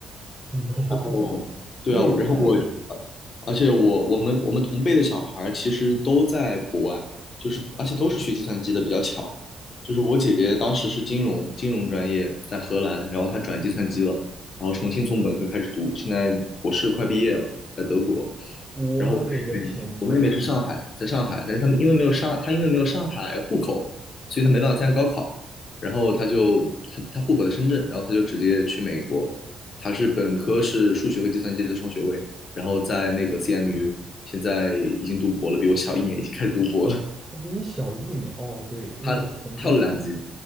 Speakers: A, on the right; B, on the left.
A: 牛，<laughs>
B: 然后，对啊，
A: 那也太牛！
B: 我然后我，呃而且我我们我们同辈的小孩儿其实都在国外，就是而且都是学计算机的，比较巧。就是我姐姐当时是金融金融专业在荷兰，然后她转计算机了，然后重新从本科开始读，现在博士快毕业了，在德国。
A: 我勒个天天啊，
B: 然后我妹妹我妹妹是上海，
A: 你
B: 在上海，但是她们因为没有上她因为没有上海户口，所以她没办法参加高考，然后她就她她户口在深圳，然后她就直接去美国。他是本科是数学和计算机的双学位，然后在那个 CMU，现在已经读博了，比我小一年，已经开始读博了。
A: 他比你小一年哦，对，因为重新读嘛，
B: 他跳了两级，